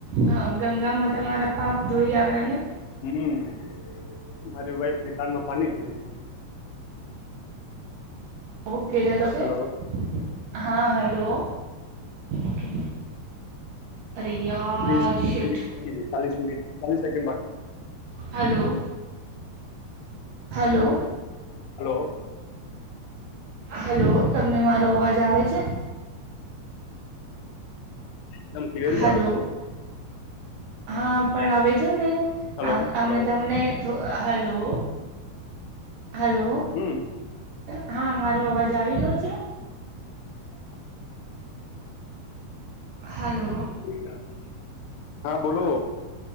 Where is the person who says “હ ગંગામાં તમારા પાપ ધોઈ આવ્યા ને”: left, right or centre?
Right